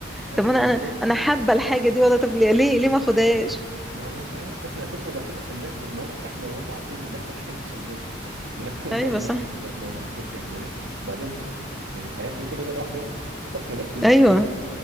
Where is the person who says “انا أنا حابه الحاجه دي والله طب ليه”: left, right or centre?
Centre